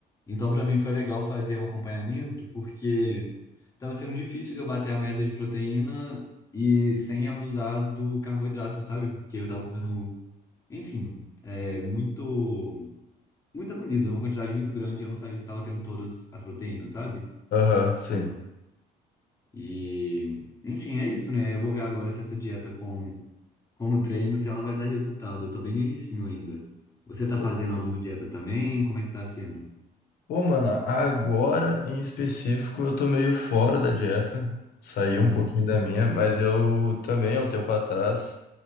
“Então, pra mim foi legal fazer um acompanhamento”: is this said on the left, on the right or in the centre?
Left